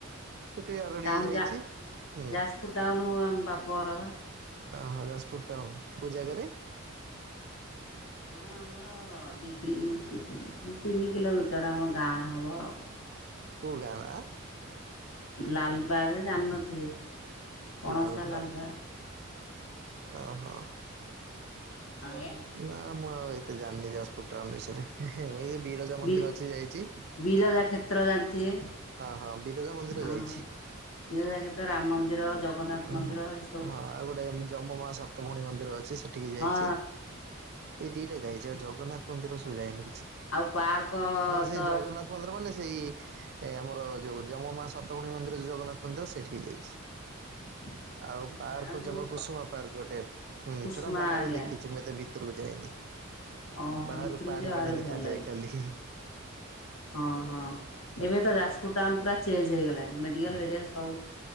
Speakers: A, on the right; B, on the left.
A: ସେଠି ଆରଡି
B: ଟାଉନ୍
A: ଯାଇଛି
B: ଯା
A: ହୁଁ।
B: ଯାଜପୁର୍ ଟାଉନୁ ଆମ ବାପଘର ବା।
A: ଓହୋ ଯାଜପୁର୍ ଟାଉନ୍, କୋଉ ଜାଗାରେ?
B: ହଁ ଆମର <unintelligible> ତିନି କିଲୋମିଟର ଆମ ଗାଁ ହେବ ଆଉ।
A: କୋଉ ଗାଁ <unintelligible>
B: ଲାଲବାଗ୍ ଜାଣିନଥିବେ ପଣସା
A: ଲାଲବାଗ
B: ଲାଲବାଗ୍।
A: ଓହୋ।
B: ଆଉ
A: ନା ମୁଁ ଆଉ ଏତେ ଜାଣିନି ଯାଜପୁର ଟାଉନ୍ ବିଷୟରେ, ହେଁ-ହେ ମୁଁ ଏଇ ବିରଜା ମନ୍ଦିର
B: ବି
A: ଅଛି ଯାଇଚି।
B: ବିରଜା କ୍ଷେତ୍ର ଜାଣିଥିବେ,
A: ହଁ ବିରଜା ମନ୍ଦିର
B: ଆଉ
A: ଯାଇଛି
B: ବିରଜା କ୍ଷେତ୍ର, ରାମ ମନ୍ଦିର ଜଗନ୍ନାଥ
A: ଓ
B: ମନ୍ଦିର ଏଠି ସବୁ
A: ହଁ ଆଉ ଗୋଟେ ଯମ ମା ସାତଭଉଣୀ ମନ୍ଦିର ଅଛି ସେଠିକି ଯାଇଚି।
B: ହଁ
A: ଏ ଦିଟା ଯାଇଚି ଆଉ ଜଗନ୍ନାଥ ମନ୍ଦିର ସୁ ଯାଇନି।
B: ଆଉ ପାର୍କ
A: ହଁ ସେଇ
B: ତ
A: ଜଗନ୍ନାଥ ମନ୍ଦିର ମାନେ ସେଇ ଏ ଆମର ଯୋଉ ଯମ ମା ସାତଭଉଣୀ ମନ୍ଦିର ଯୋଉ ଜଗନ୍ନାଥ ମନ୍ଦିର ସେଇଠିକି ଯାଇଚି।
B: <inaudible>
A: ଆଉ
B: ଆଜ୍ଞା
A: ପାର୍କ
B: ଆଉ
A: <unintelligible>
B: ଯୋଉ
A: କୁସୁମା ପାର୍କ ଗୋଟେ ହୁଁ
B: କୁସୁମା
A: ସେଟା ବାହାରୁ
B: ଆଜ୍ଞା
A: ଦେଖିଚି ମୁଁ ଏତେ ଭି ତୁରୁକୁ ଯାଇନି
B: ଓହୋ
A: ବାହାରୁ
B: ଭିତରକୁ
A: ପାଣି-ପାାଣି
B: ଯିବ ଆହୁରି
A: ଦେଖାଯାଏ
B: ଭଲ ଲାଗେ।
A: ଖାଲି ହି-ହି।
B: ହଁ ହଁ ଏବେ ତ ଯାଜପୁର୍ ଟାଉନ୍ ପୁରା ଚେଞ୍ଜ ହେଇଗଲାଣି, ମେଡିକାଲ୍ ଫେଡିକାଲ୍ ସବୁ